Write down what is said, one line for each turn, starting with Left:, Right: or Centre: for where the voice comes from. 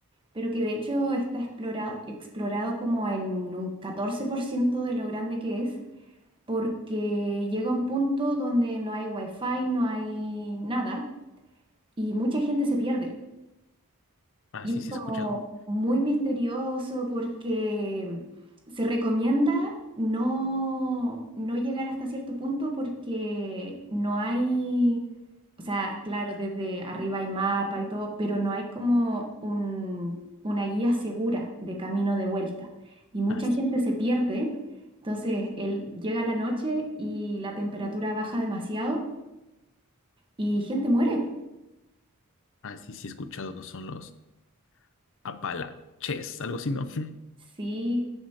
Right: pero que de hecho está explorado, explorado como en un 14% de lo grande que es, porque llega un punto donde no hay wifi, no hay nada, y mucha gente se pierde.
Left: Ah,
Right: Y
Left: sí,
Right: es
Left: sí,
Right: como
Left: he escuchado.
Right: muy misterioso porque se recomienda no, no llegar hasta cierto punto porque no hay, o sea, claro, desde arriba hay mapa y todo, pero no hay como un- una guía segura de camino de vuelta. Y mucha
Left: Ah,
Right: gente se pierde. Entonces, él llega la noche y la temperatura baja demasiado y gente muere.
Left: Ah, sí, sí he escuchado, no son los Apalaches, algo así, ¿no? <laughs>
Right: Sí,